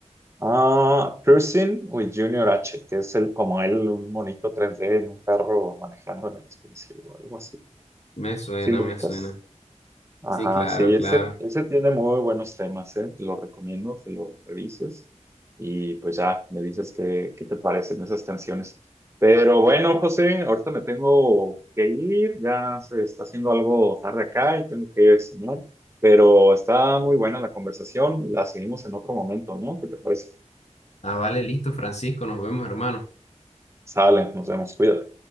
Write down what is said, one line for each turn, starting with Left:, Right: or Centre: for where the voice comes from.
Right: Ah, Cruising with Junior H, que es el, como él, un monito 3D en un carro manejando en el espacio o algo así.
Left: Me suena,
Right: ¿Sí lo
Left: me
Right: ubicas?
Left: suena.
Right: Ajá,
Left: Sí, claro,
Right: sí, ese,
Left: claro.
Right: ese tiene muy buenos temas, ¿eh? Te lo recomiendo que lo revises y pues ya me dices qué, qué te parecen esas canciones. Pero bueno, José, ahorita me tengo que ir, ya se está haciendo algo tarde acá y tengo que ir a cenar, pero está muy buena la conversación, la seguimos en otro momento, ¿no? ¿Qué te parece?
Left: Ah, vale, listo, Francisco. Nos vemos, hermano.
Right: Sale, nos vemos, cuídate.